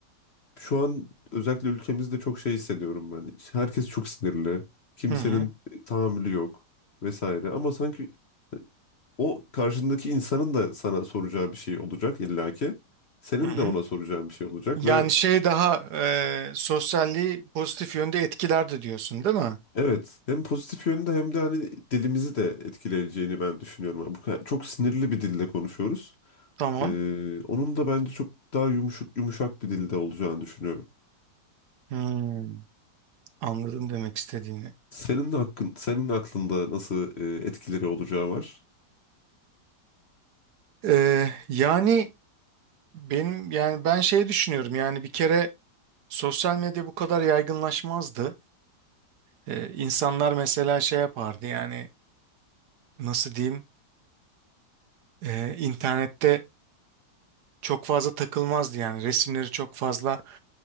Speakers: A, on the left; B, on the right.
A: şu an özellikle ülkemizde çok şey hissediyorum ben. Herkes çok sinirli, kimsenin
B: Hı hı.
A: tahammülü yok vesaire. Ama sanki o karşındaki insanın da sana soracağı bir şey olacak illaki. Senin
B: Hı hı.
A: de ona soracağın bir şey olacak
B: Yani
A: ve
B: şey daha e, sosyalliği pozitif yönde etkilerdi diyorsun değil mi?
A: evet hem pozitif yönde hem de hani dilimizi de etkileyeceğini ben düşünüyorum. Yani bu kadar- çok sinirli bir dilde konuşuyoruz.
B: Tamam.
A: Ee, onun da bence çok daha yumuşak yumuşak bir dilde olacağını düşünüyorum.
B: Hmm, anladım demek istediğini.
A: Senin hakkın, senin aklında nasıl e, etkileri olacağı var.
B: Ee, yani benim yani ben şey düşünüyorum yani bir kere Sosyal medya bu kadar yaygınlaşmazdı. Ee, insanlar mesela şey yapardı yani nasıl diyeyim e, internette çok fazla takılmazdı yani resimleri çok fazla